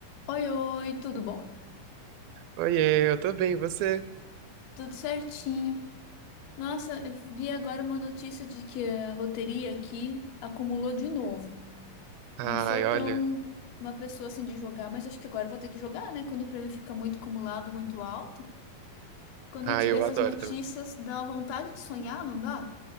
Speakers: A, on the left; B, on the right.
A: Oi, oi, tudo bom?
B: Oiê, eu tô bem, e você?
A: Tudo certinho. Nossa, eu vi agora uma notícia de que a loteria aqui acumulou de novo.
B: Ai,
A: Não sou tão
B: olha.
A: uma pessoa assim de jogar, mas acho que agora eu vou ter que jogar, né? Quando o prêmio fica muito acumulado, muito alto. Quando
B: Ai,
A: a gente vê
B: eu
A: essas
B: adoro
A: notícias,
B: também.
A: dá uma vontade de sonhar, não dá?